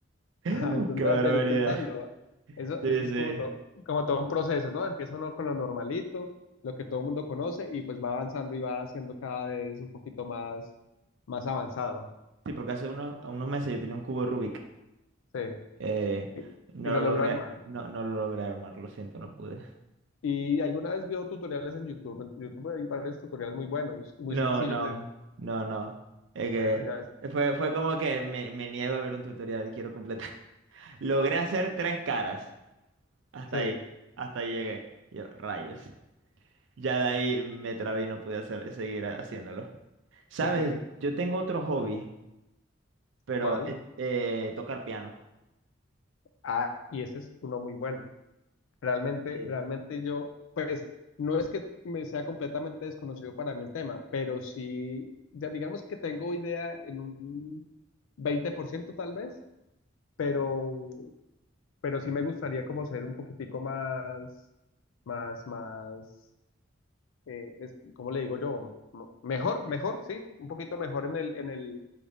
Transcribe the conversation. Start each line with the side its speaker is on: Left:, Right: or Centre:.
Right: <laughs>
Left: <laughs> Alguna
Right: qué barbaridad.
Left: vez debería intentarlo. Eso,
Right: Sí,
Left: eso es
Right: sí.
Left: como todo, como todo un proceso, ¿no? Empieza uno con lo normalito, lo que todo el mundo conoce, y pues va avanzando y va haciendo cada vez un poquito más, más avanzado.
Right: Sí, porque hace unos, unos meses yo tenía un cubo de Rubik.
Left: Sí.
Right: Eh,
Left: Y
Right: no
Left: y lo
Right: lo
Left: logró
Right: logré,
Left: armar.
Right: no, no lo logré armar, lo siento, no pude.
Left: Y alguna vez vio tutoriales en YouTube. En YouTube hay varios tutoriales muy buenos, muy
Right: No,
Left: sencillos.
Right: no,
Left: de-
Right: no, no. Es que
Left: bueno, ya
Right: fue, fue como que me, me niego a ver un tutorial, quiero completar. <laughs> Logré hacer tres caras. Hasta
Left: sé,
Right: ahí, hasta ahí llegué. Yo, rayos. Ya de ahí me trabé y no pude hacer, seguir haciéndolo. ¿Sabes?
Left: ok,
Right: Yo tengo otro hobby, pero
Left: ¿cuál?
Right: es, eh, tocar piano.
Left: Ah, y ese es uno muy bueno. Realmente,
Right: Sí.
Left: realmente yo, pues, no es que me sea completamente desconocido para mí el tema, pero sí, ya digamos que tengo idea en un 20% tal vez, pero, pero sí me gustaría como ser un poquitico más, más, más. eh, es, ¿cómo le digo yo? Mo- Mejor, mejor, sí, un poquito mejor en el, en el,